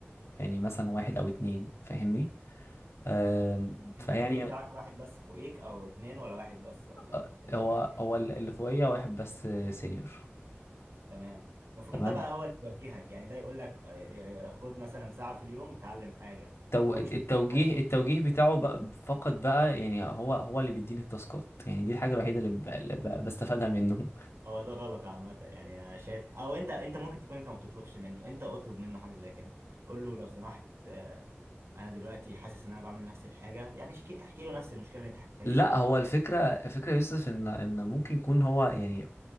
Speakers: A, on the left; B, on the right.
A: يعني مثلا واحد او اتنين فاهمني آم،
B: مم. انت
A: فيعني
B: التيم بتاعك واحد بس فوقيك او اتنين ولا واحد بس ولا
A: آه،
B: انت
A: هو
B: واحد
A: هو اللي فوقيه واحد بس سينيور
B: تمام المفروض
A: تمام
B: ده بقى هو اللي يوجهك يعني ده يقول لك آه، آه، خد مثلا ساعة في اليوم اتعلم حاجة
A: تو-
B: هو
A: التوجيه
B: مش بيوجهك
A: التوجيه بتاعه بقى فقط بقى يعني هو هو اللي بيديني التاسكات يعني دي الحاجه الوحيده اللي, ب... اللي ب... بستفادها منه
B: هو ده غلط عامة يعني شايف او انت انت ممكن تكون انت ما تطلبش منه انت اطلب منه حاجة زي كده قول له لو سمحت آه، انا دلوقتي حاسس ان انا بعمل نفس الحاجة يعني اشكي- احكي له نفس المشكلة اللي انت حكيتها
A: لا
B: لي دلوقتي
A: هو الفكره الفكره يا يوسف ان ان ممكن يكون هو يعني